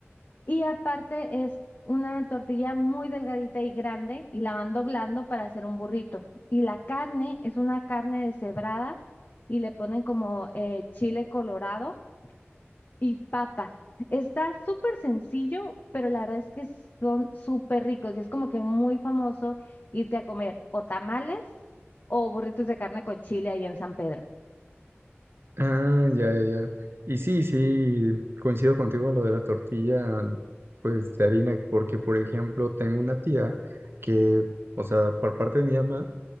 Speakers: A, on the left (about 45°); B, on the right (about 60°).
A: Y aparte es una tortilla muy delgadita y grande y la van doblando para hacer un burrito. Y la carne es una carne deshebrada y le ponen como eh, chile colorado y papa. Está súper sencillo, pero la verdad es que son súper ricos y es como que muy famoso irte a comer o tamales o burritos de carne con chile ahí en San Pedro.
B: Ah, ya, ya, ya. Y sí, sí, coincido contigo en lo de la tortilla, pues de harina, porque por ejemplo tengo una tía que, o sea, por parte de mi mamá,